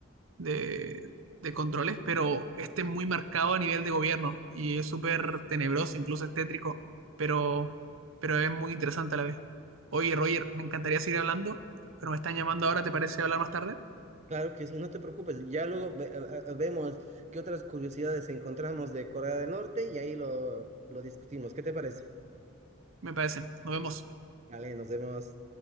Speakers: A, on the right; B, on the right.
A: de- de controles, pero este es muy marcado a nivel de gobierno y es súper tenebroso, incluso es tétrico, pero, pero es muy interesante a la vez. Oye, Roger, me encantaría seguir hablando, pero me están llamando ahora, ¿te parece hablar más tarde?
B: Claro que sí, no te preocupes. Ya luego ve- a- a- vemos qué otras curiosidades encontramos de Corea del Norte y ahí lo, lo discutimos. ¿Qué te parece?
A: Me parece. Nos vemos.
B: Vale, nos vemos.